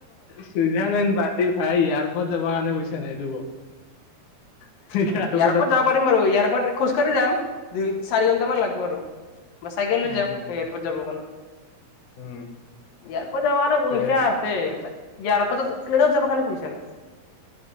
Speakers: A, on the left (about 60°); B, on the left (about 75°).
A: চুইজাৰলেণ্ড বাদ দি ভাই ইয়াৰপৰ্টত যাব কাৰণে পইছা নাই
B: এয়াৰপৰ্ট
A: এয়াৰপৰ্টত
B: যাব পাৰিম বাৰু এয়াৰপৰ্ট খোজকাঢ়ি যাম দুই চাৰি ঘন্টামান লাগিব আৰু চাইকেল লৈ
A: উম
B: যাম এয়াৰপৰ্ট যাব কাৰণে
A: উম
B: ইয়াৰপৰ্টত যাবা কাৰণে পইচা
A: তে
B: আছে ইয়াৰ পৰা প্লেনত যাব কাৰণে পইচা নাই